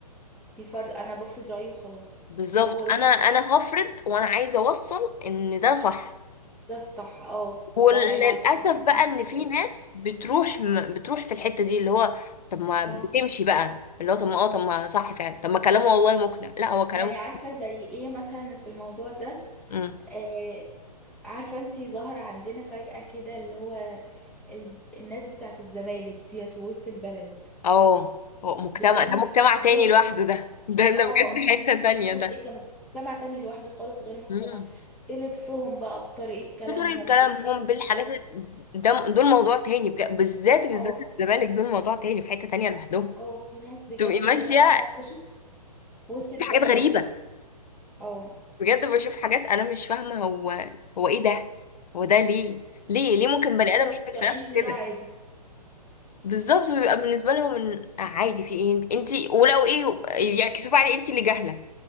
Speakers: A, in the centre; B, on the left (about 70°).
A: في فرض انا بفرض رأيي وخلاص
B: بالظبط
A: وهو ده
B: انا
A: الصح
B: انا هفرض وانا عايزة اوصل ان ده صح
A: ده الصح اه
B: وللاسف
A: لا مع ان على فكرة يعني
B: بقى
A: ممكن
B: ان في
A: ما يبقاش
B: ناس بتروح م- بتروح في الحته دي اللي هو طب ما
A: اه
B: بتمشي بقى اللي هو طب ما اه طب ما صح فعلا طب ما كلامه والله مقنع لا هو كلامه
A: يعني عارفة زي ايه مثلا في الموضوع ده
B: امم
A: آه عارفة انتي ظهر عندنا فجأة كده اللي هو ال... الناس بتاعة الزمالك ديت وسط البلد
B: اه هو مجتمع
A: بطريقة
B: ده مجتمع
A: <laughs>
B: تاني
A: لبسهم
B: لوحده ده <laughs> ده ده
A: اه
B: بجد حته
A: بصي
B: تانيه
A: بصي
B: ده
A: ايه ده مجتمع تاني لوحده خالص غير مجتمع
B: امم
A: بلبسهم بقى بطريقة كلامهم
B: بطريقه كلامهم
A: بالتصرفات
B: بالحاجات ال- ده دول موضوع تاني بجد بالذات بالذات
A: اه
B: الزمالك دول موضوع تاني في حته تانيه لوحدهم
A: اه في ناس بجد
B: تبقي ماشيه
A: اللي هو هفرشه في وسط البلد
B: في حاجات غريبه
A: اكتر اه
B: بجد بشوف حاجات انا مش فاهمه هو هو ايه ده هو ده ليه ليه ليه ممكن بني
A: ازاي
B: ادم
A: مقتنعين
B: يعمل في نفسه كده
A: ان ده عادي
B: بالظبط بيبقى بالنسبه لهم ان آه عادي في ايه انت انت- ولو ايه يعكسوا بقى عليه انت اللي جاهله